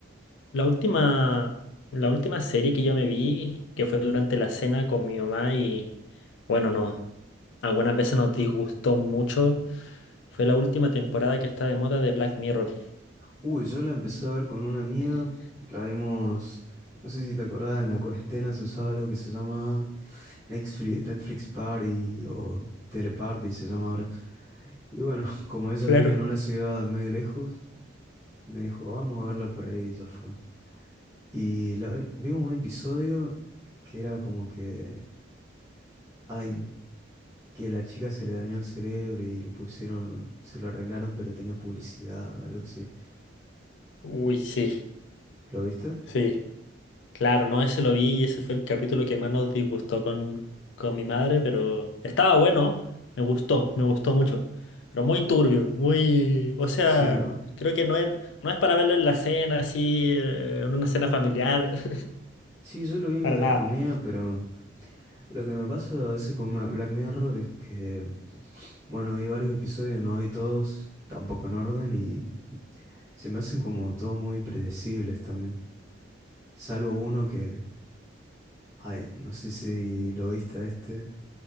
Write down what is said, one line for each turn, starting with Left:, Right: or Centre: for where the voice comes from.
Left: La última, la última serie que yo me vi, que fue durante la cena con mi mamá y bueno, no, algunas veces nos disgustó mucho, fue la última temporada que está de moda de Black Mirror.
Right: Uy, yo la empecé a ver con una amiga,
Left: Eh,
Right: la vimos, no sé si te acordás, en la cuarentena se usaba algo que se llama Netflix, Netflix Party o Teleparty se llama ahora. Y bueno, <laughs> como ella
Left: claro.
Right: vivía en una ciudad medio lejos, me dijo, vamos a verla por ahí, y ya fue. Y la ve- vimos un episodio que era como que, ay, que la chica se le dañó el cerebro y le pusieron, se lo arreglaron, pero tenía publicidad, algo así.
Left: Uy, sí,
Right: ¿Lo viste?
Left: sí. Claro, no, ese lo vi y ese fue el capítulo que más nos disgustó con, con mi madre, pero estaba bueno, me gustó, me gustó mucho, pero muy turbio, muy, o sea,
Right: Sí, ¿no?
Left: creo que no es, no es para verlo en la cena, así, eh, en una cena familiar, <laughs>
Right: Sí, yo lo vi mientras
Left: para nada.
Right: comía, pero lo que me pasa a veces con Ma- Black Mirror es que, bueno, vi varios episodios, no vi todos, tampoco en orden, y se me hacen como todos muy predecibles también. Salvo uno que, ay, no sé si lo viste a este.